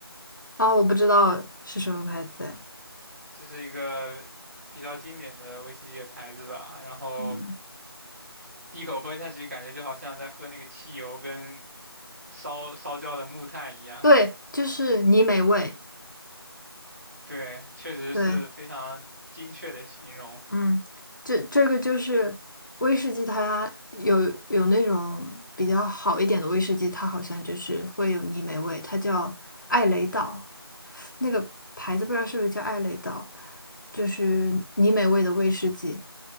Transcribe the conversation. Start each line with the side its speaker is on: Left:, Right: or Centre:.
Left: 啊、我不知道是什么牌子哎。
Right: 就是一个比较经典的威士忌的牌子吧。然后
Left: 嗯，
Right: 第一口喝下去，感觉就好像在喝那个汽油跟烧烧焦的木炭一样。
Left: 对，就是泥美味。
Right: 对，确实是非常精确的形容。
Left: 对，嗯，这这个就是威士忌，它有有那种比较好一点的威士忌，它好像就是会有泥煤味，它叫艾雷岛，那个牌子不知道是不是叫艾雷岛，就是泥煤味的威士忌。